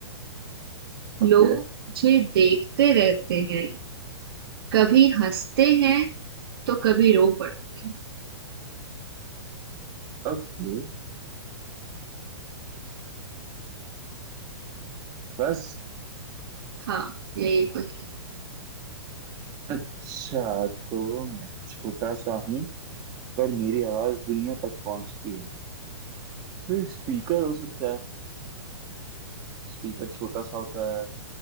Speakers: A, on the right (about 30°); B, on the right (about 55°).
A: ओके
B: लोग मुझे देखते रहते हैं कभी हंसते हैं तो कभी रो पड़ते हैं
A: ओके बस
B: हाँ यही है पहली
A: अच्छा तो मैं छोटा सा हूँ पर मेरी आवाज दुनिया तक पहुंचती है फिर स्पीकर हो सकता है स्पीकर छोटा सा होता है